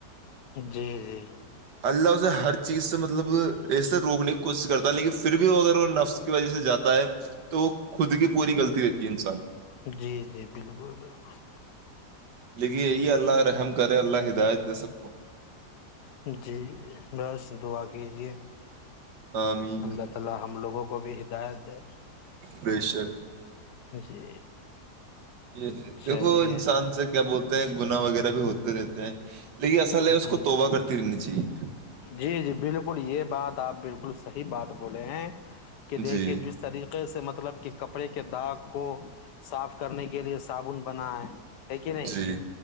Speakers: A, on the left; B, on the right.
A: جی جی
B: اللہ اس سے ہر چیز سے مطلب اس سے روکنے کی کوشش کرتا ہے لیکن پھر بھی وہ اگر نفس کی وجہ سے جاتا ہے تو خود کی پوری غلطی رہتی ہے انسان
A: جی جی بالکل بالکل
B: لیکئے یہی اللہ رحم کرے اللہ ہدایت دے سب کو
A: جی بس دعا کیجیے <unintelligible>
B: آمین پریشر
A: جی
B: جی دیکھو
A: چلیے
B: انسان سے کیا بولتے ہیں گنا وغیرہ بھی ہوتے رہتے ہیں لیکن اصل ہے اس
A: جی
B: کو
A: جی
B: توبہ کرتی رہنی چاہیے
A: جی جی بالکل یہ بات آپ بالکل صحیح بات بولے ہیں کہ دیکھیے
B: جی
A: جس طریقے سے مطلب کہ کپڑے کے داغ کو صاف کرنے کے لیے صابن بنا ہے ہے کہ نہیں
B: جی